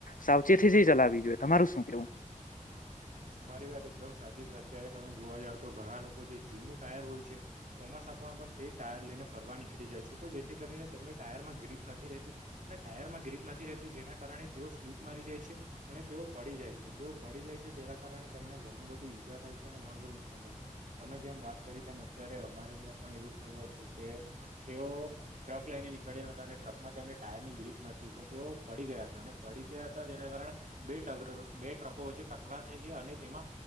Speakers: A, on the left; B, on the right.
A: સાવચેતીથી ચલાવી જોઈએ તમારું શું કેવું
B: <inaudible> તમારી વાત એકદમ સાચી છે અત્યારે તમે જોવા જાવ તો ઘણા લોકો જે જૂનું ટાયર હોય છે ચોમાસા પણ તે ટાયર લઈને ફરવા નીકળી જાય છે તો જેથી કરીને તેમની ટાયર માં ગ્રીપ નથી રહેતી અને ટાયર માં ગરીપ નથી રહેતી જેના કારણે તેઓ સ્લીપ મારી જાય છે અને તેઓ પડી જાય છે તેઓ પડી જાય છે તેના કારણે તેમને ઘણું બધી ઈજા થાય છે અને ઘણું બધું નુકસાન થાય છે તમે જેમ વાત કરી તેમ અત્યારે અમારે અહં પણ એવું થયું હતું કે તેઓ ટ્રક લઈને નીકળ્યા હતા અને ટ્રકમાં તેમને ટાયર ની ગ્રીપ નથી તો તેઓ પડી ગયા હતા અને પડી ગયા હતા તેના કારણે બેટગ બેટ ટ્રકો વચ્ચે ટકરા થઈ ગયા અને તેમાં